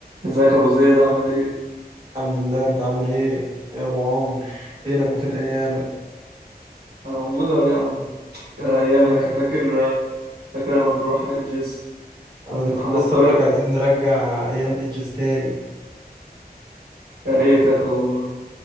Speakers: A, on the right (about 75°); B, on the right (about 30°).
A: ازيك يا ابو زيد عامل ايه
B: الحمد لله انت عامل ايه يا ابو عمرو فينك وفين ايامك
A: انا موجود اهو يا عم كان ايام
B: فينك
A: يا اخي فاكر فاكر لما بنروح حجز
B: انا
A: عند
B: كنت
A: محمد
B: لسه
A: طارق
B: اقول لك عايزين نرجع ايام ايدجز تاني
A: يا ريت يا اخي والله